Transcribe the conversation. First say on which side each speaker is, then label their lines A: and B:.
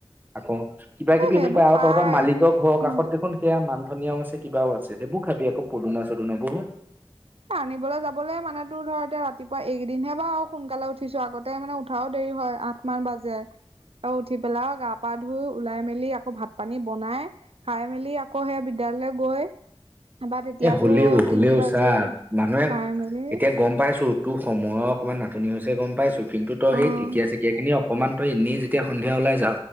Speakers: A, on the right; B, on the right.
A: আকৌ কিবা কিবি
B: এই সেইবোৰ
A: এইবোৰ পায় আৰু
B: পাই
A: তহঁতৰ মালিকৰ ঘৰৰ
B: কিন্তু
A: কাষত দেখোন সেয়া মান ধনীয়াও আছে কিবাও আছে সেইবোৰ খাবি আকৌ পদুনা চদুনাবোৰ।
B: আনিবলৈ যাবলৈ মানে তোৰ ধৰ এতিয়া ৰাতিপুৱা একেদিনহে বাৰু সোনকালে উঠিছো আগত। মানে উঠাও দেৰি হয় আঠ মান বাজে আৰু উঠি পেলাইও গা পা ধুই ওলাই মেলি আকৌ ভাত পানী বনাই খাই মেলি আকৌ সেই বিদ্যালয়লৈ গৈ। আবাৰ তেতিয়াতো
A: এ হ'লেও হ'লেও
B: তিনি বাজেই।
A: চা মানুহে
B: পাই মেলি
A: এতিয়া গম পাই। পাইছো তোৰ সময়ৰ অকণমান নাটনি হৈছে গম পাইছো কিন্তু তইে
B: অ
A: এই ঢেকীয়া চেকীয়া খিনি অকমান তই এনেই যেতিয়া। সন্ধিয়া ওলাই যা